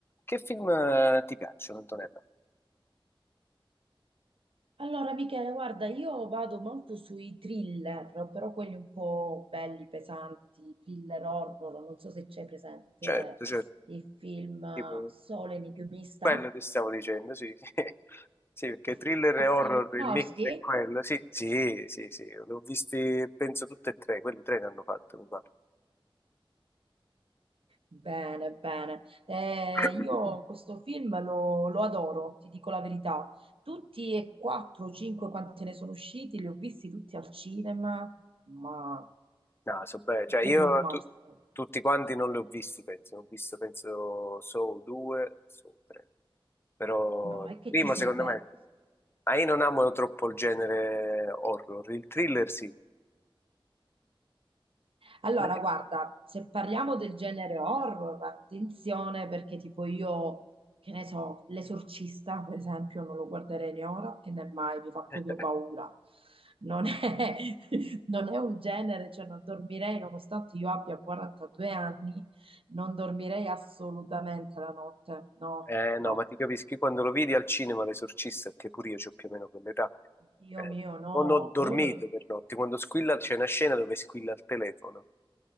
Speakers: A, on the left; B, on the right.
A: Che film eh, ti piacciono, Antonello?
B: Allora, Michele, guarda, io vado molto sui thriller, però quelli un po' belli, pesanti, thriller horror. Non so se c'è presente
A: Certo, certo,
B: il film eh,
A: tipo,
B: Sole enigmista.
A: quello ti stavo dicendo, sì, sì, <laughs> Sì, perché
B: <laughs>
A: thriller
B: Ah
A: e
B: sì,
A: horror,
B: lo conosci?
A: il mix è quello, sì, sì, sì, sì, l'ho visti, penso, tutte e tre, quelli tre che hanno fatto, mi pare.
B: Bene, bene. Eh,
A: <coughs>
B: io
A: <clears throat>
B: questo film lo, lo adoro, ti dico la verità. Tutti e quattro, cinque, quanti ne sono usciti, li ho visti tutti al cinema, ma
A: No, so bene,
B: è
A: cioè
B: proprio
A: io
B: un must.
A: tu- tutti quanti non li ho visti, penso, ho visto, penso, Saw 2, Saw 3, però
B: No,
A: il
B: è che
A: primo
B: ti sei
A: secondo
B: perso.
A: me, è- ma io non amo troppo il genere horror, il thriller sì.
B: Allora,
A: Beh.
B: guarda, se parliamo del genere horror, attenzione perché tipo io, che ne so, L'Esorcista, per esempio, non lo guarderei né ora e né mai, mi fa proprio
A: <laughs>
B: paura. Non è, <laughs> non è un genere, cioè non dormirei, nonostante io abbia 42 anni, non dormirei assolutamente la notte. No,
A: Eh,
B: no.
A: no, ma ti capisco, io quando lo vidi al cinema L'Esorcista, che pure io ho più o meno quell'età,
B: Dio
A: eh,
B: mio, no.
A: non ho dormito
B: Eh.
A: per notti. Quando squilla c'è una scena dove squilla il telefono.